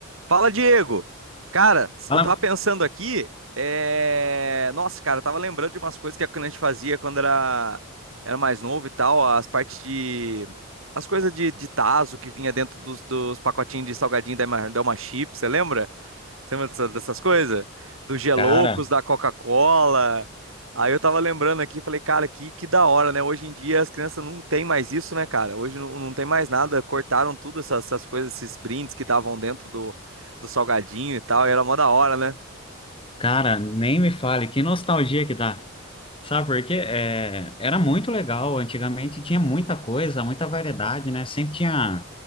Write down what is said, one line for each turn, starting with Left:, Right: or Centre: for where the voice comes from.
Right: Fala, Diego! Cara,
Left: Fala,
Right: eu tava pensando aqui, é... nossa, cara, eu tava lembrando de umas coisas que a gente fazia quando era, era mais novo e tal, as partes de. As coisas de, de tazo que vinha dentro dos, dos pacotinhos de salgadinho da Elma, da Elma Chips, você lembra? Você lembra dessa- dessas coisas? Dos Geloucos,
Left: cara,
Right: da Coca-Cola. Aí eu tava lembrando aqui, falei, cara, que, que da hora, né? Hoje em dia as crianças não tem mais isso, né, cara? Hoje não, não tem mais nada, cortaram tudo essas, essas coisas, esses brindes que davam dentro do, do salgadinho e tal, e era mó da hora, né?
Left: cara, nem me fale, que nostalgia que dá. Sabe por quê? É, era muito legal, antigamente tinha muita coisa, muita variedade, né? Sempre tinha